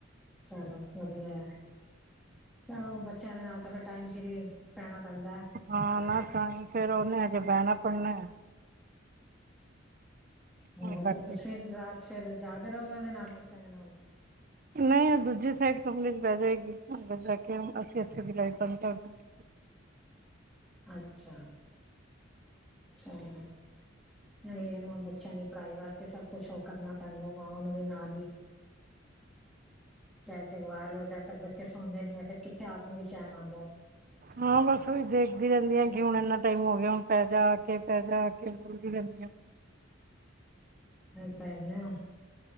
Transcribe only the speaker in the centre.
ਚਲੋ, ਵਧੀਆ ਹੈ। ਹਾਂ, ਉਹ ਬੱਚਿਆਂ ਦੇ ਨਾਲ ਤਾਂ, ਫਿਰ ਟਾਈਮ ਸਿਰ ਹੀ ਪੈਣਾਂ ਪੈਂਦਾ ਹੈ।
ਆਹੋ,
ਤੇ ਤੁਸੀ
ਫਿਰ ਰਾਤ ਫਿਰ ਜਾਗਦੇ ਰਹੋਗੇ? ਉਹਦੇ ਨਾਲ, ਬੱਚਿਆਂ ਦੇ ਨਾਲ।
ਅੱਛਾ, ਚਲੋ ਨਹੀਂ ਹੁਣ ਬੱਚਿਆਂ ਦੀ ਪੜ੍ਹਾਈ ਵਾਸਤੇ ਸਭ ਕੁਛ ਉਹ ਕਰਨਾ ਪੈਂਦਾ ਮਾਵਾਂ ਨੂੰ ਵੀ ਨਾਲ ਹੀ। ਚਾਹੇ ਜਗਵਾਲ ਹੋ ਜਾ ਤੇ ਤੱਕ ਬੱਚੇ ਸੌਦੇ ਨੀ ਐ ਫਿਰ ਕਿੱਥੇ ਆਪ ਨੂੰ ਵੀ ਚੈਨ ਆਂਦਾ।
ਇਹ ਤਾਂ ਹੈ ਆ।